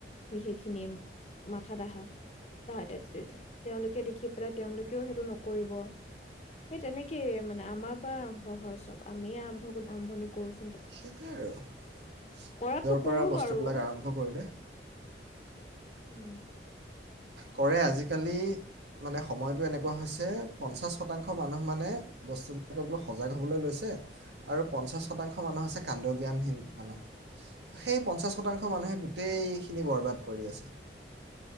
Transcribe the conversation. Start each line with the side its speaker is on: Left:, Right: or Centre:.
Left: সি সেইখিনি মাথাত অহা তাহাঁতে <inaudible> তেওঁলোকে দেখি পেলাই তেওঁলোকেও সেইটো নকৰিব। সেই তেনেকেই মানে আমাৰ পৰা আৰম্ভ হয় চব আমিয়ে আৰম্ভ আৰম্ভণি কৰছ।
Right: সেইটোৱেই আৰু।
Left: কৰাতো
Right: জৰ
Left: কৰো
Right: পৰা বস্তুবিলাক
Left: বাৰু
Right: আৰম্ভ কৰিলে
Left: উম
Right: কৰে আজিকালি মানে সময়টো এনেকুৱা হৈছে পঞ্চাছ শতাংশ মানুহ মানে বস্তুবিলাকক লৈ সজাগ হ'বলৈ লৈছে আৰু পঞ্চাছ শতাংশ মানুহ হৈছে কাণ্ড জ্ঞানহীন মানুহ। সেই পঞ্চাছ শতাংশ মানুহে গোটেইখিনি বৰবাদ কৰি আছে